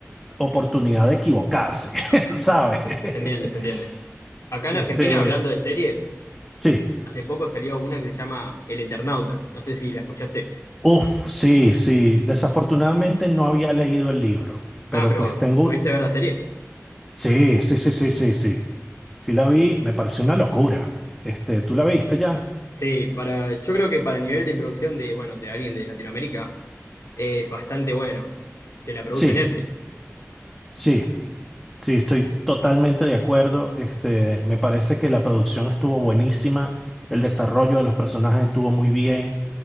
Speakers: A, in the centre; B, on the left.
A: oportunidad de equivocarse, <laughs> ¿sabes?
B: Se entiende,
A: <laughs>
B: se entiende. Acá en
A: Este,
B: Argentina, hablando de series,
A: sí,
B: hace poco salió una que se llama El Eternauta. No sé si la escuchaste.
A: uf, sí, sí. Desafortunadamente no había leído el libro, pero
B: Ah, pero
A: pues tengo,
B: ¿pudiste ver la serie?
A: sí, sí, sí, sí, sí, sí. Sí la vi, me pareció una locura. Este, ¿tú la viste ya?
B: Sí, para, yo creo que para nivel de producción de, bueno, de alguien de Latinoamérica, es bastante bueno que la produce
A: Sí.
B: Netflix.
A: Sí, sí, estoy totalmente de acuerdo. Este, me parece que la producción estuvo buenísima, el desarrollo de los personajes estuvo muy bien.